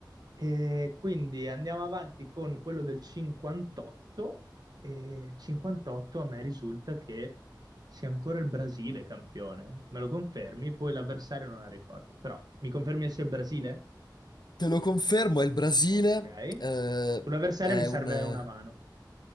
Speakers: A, on the right; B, on the left.
A: E quindi andiamo avanti con quello del 58 e 58 a me risulta che sia ancora il Brasile campione. Me lo confermi? Poi l'avversario non la ricordo, però mi confermi che sia il Brasile?
B: Te lo confermo, è il Brasile,
A: Ok.
B: eh,
A: Sull'avversario
B: è
A: mi serve
B: un... eh,
A: una mano.